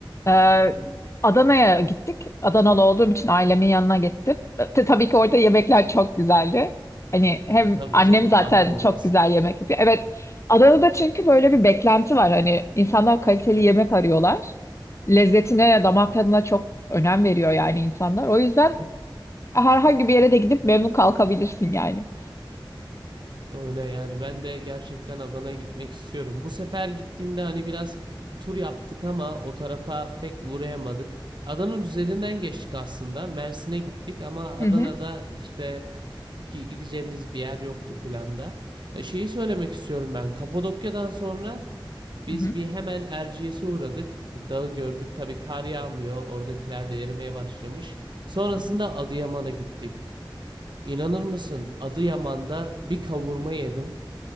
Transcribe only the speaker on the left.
Ee, Adana'ya gittik. Adanalı olduğum için ailemin yanına gittim. Te- tabii ki orada yemekler çok güzeldi. Hani hem
annem
zaten
çok
güzel yemek yapıyor. Evet, Adana'da çünkü böyle bir beklenti var. Hani insanlar kaliteli yemek arıyorlar. Lezzetine, damak tadına çok önem veriyor yani insanlar. O yüzden herhangi bir yere de gidip memnun kalkabilirsin yani.
Hı
hı.
Hı hı.
hı hı.